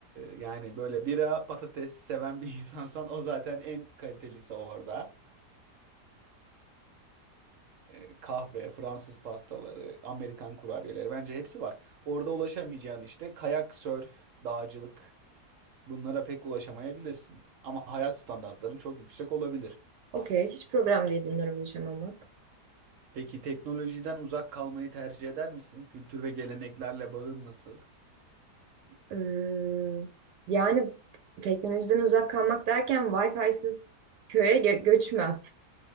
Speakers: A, on the right; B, on the right.
A: yani böyle bira patates seven bir <laughs> insansan o zaten en kalitelisi orada. e, kahve, Fransız pastaları, Amerikan kurabiyeleri bence hepsi var. Orada ulaşamayacağın işte kayak, sörf, dağcılık bunlara pek ulaşamayabilirsin. Ama hayat standartların çok yüksek olabilir.
B: Okey. Hiç problem değil bunlara ulaşamamak.
A: Peki teknolojiden uzak kalmayı tercih eder misin? Kültür ve geleneklerle bağın nasıl?
B: Ee, yani teknolojiden uzak kalmak derken Wi-Fi'siz köye gö- göçme.